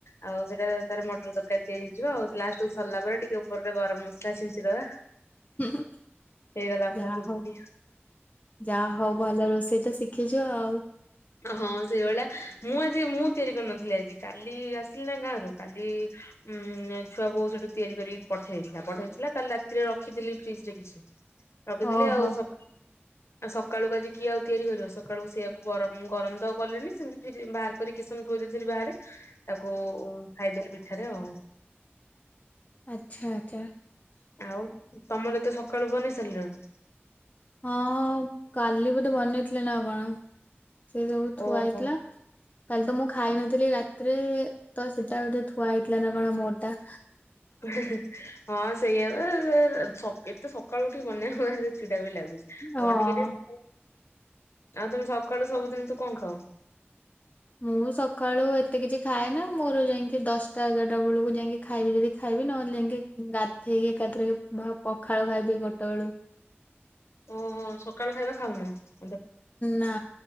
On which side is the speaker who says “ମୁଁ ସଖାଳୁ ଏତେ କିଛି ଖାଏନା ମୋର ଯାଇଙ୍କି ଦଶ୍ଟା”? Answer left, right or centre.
Left